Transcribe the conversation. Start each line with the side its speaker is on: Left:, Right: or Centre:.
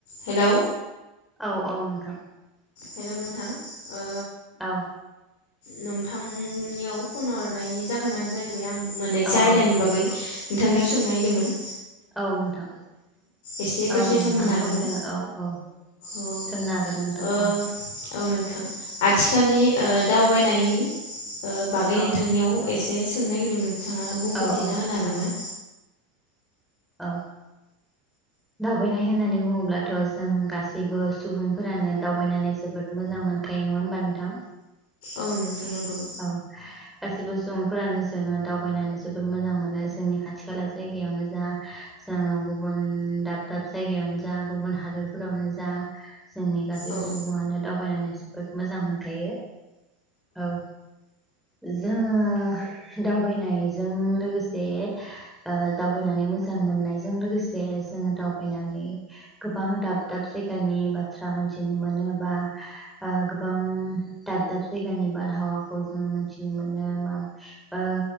Left: Hello.
Centre: औ औ नोंथां।
Left: हेलौ नोंथां। ओ
Centre: औ।
Left: नोंथांनियाव फन हरनायनि जाहोनानो जाहैबाय आं मोन्नैसो
Centre: औ
Left: आयदानि
Centre: औ
Left: बागै नोंथांनियाव सोंनो नायदोंमोन।
Centre: औ नोंथां
Left: एसे दसे
Centre: औ नोंथां
Left: होनो हागोन
Centre: सम
Left: ना
Centre: दङ औ औ
Left: औ
Centre: सोंनो हागोन नोंथां
Left: ओ
Centre: औ
Left: औ नोंथां आथिखालनि ओ दावबायनाय ओ बागै नोंथांनियाव
Centre: औ
Left: एसे सोंनो नागिरदोंमोन। नोंथाङा बुंफोरथिना
Centre: औ औ
Left: होनो हागोन ना?
Centre: औ। दावबायनाय होननानै बुङोब्लाथ' जों गासैबो सुबुंफोरानो दावबायनानै जोबोद मोजां मोनखायो नङा होमबा नोंथां
Left: औ नोंथां। नंगौ
Centre: औ गासिबो सुबुंफोरानो जोङो दावबायनानै जोबोर मोजां मोनो। जोंनि खाथि खाला जायगायावनो जा, जोङो गुबुन दाब दाब जायगायावनो जा, गुबुन हादरफोरावनो जा जोंनि गासैबो
Left: औ
Centre: सुबुङानो दावबायनानै मोजां मोनखायो। औ। जोङो दावबायनायजों लोगोसे ओ दावबायनानै मोजां मोननायजों लोगोसे जोङो दावबायनानै गोबां दाब दाब जायगानि बाथ्रा मोनथिनो मोनो बा गोबां दाब दाब जायगानि बारहावा खौ जोङो मिथिनो मोनो ओ